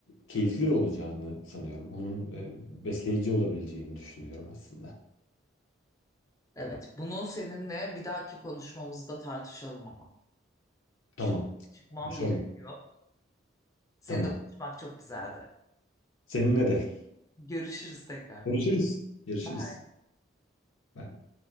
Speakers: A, on the left; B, on the left.
A: keyifli olacağını sanıyorum. Onun e, besleyici olabileceğini düşünüyorum aslında.
B: Evet, bunu seninle bir dahaki konuşmamızda tartışalım ama. Şimdi
A: Tamam,
B: çıkmam
A: konuşalım.
B: gerekiyor. Seninle
A: Tamam.
B: konuşmak çok güzeldi.
A: Seninle de.
B: Görüşürüz tekrar.
A: Görüşürüz. Görüşürüz.
B: Bye.
A: Bye.